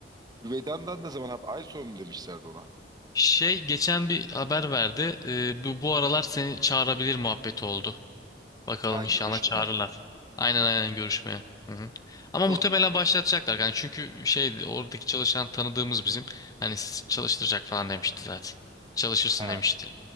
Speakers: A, on the right (about 25°); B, on the left (about 20°).
A: Vedan'dan ne zaman? Ay sonu mu demişlerdi ona.
B: Şey geçen bir haber verdi. Ee, bu, bu aralar seni çağırabilir muhabbeti oldu. Bakalım
A: Ha
B: inşallah
A: görüşme.
B: çağırırlar. Aynen aynen görüşmeye. Hı hı. Ama muhtemelen
A: O da,
B: başlatacaklar. Yani çünkü şeydi oradaki çalışan tanıdığımız bizim. Hani s- çalıştıracak falan demişti zaten. Çalışırsın
A: ha,
B: demişti.